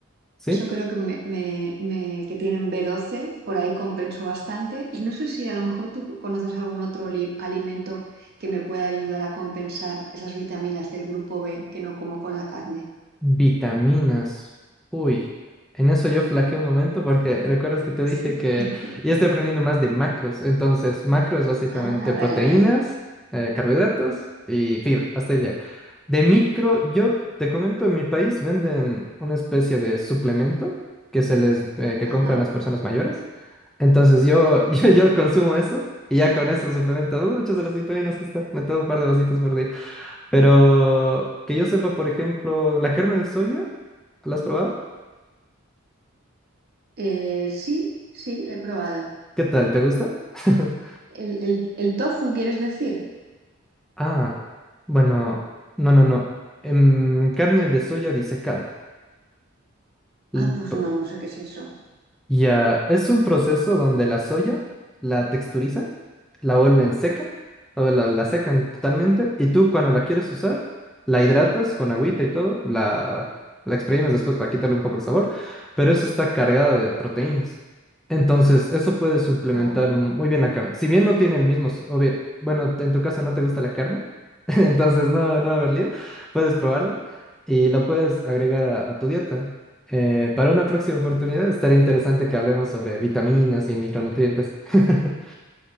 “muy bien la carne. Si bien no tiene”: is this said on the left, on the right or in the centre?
Centre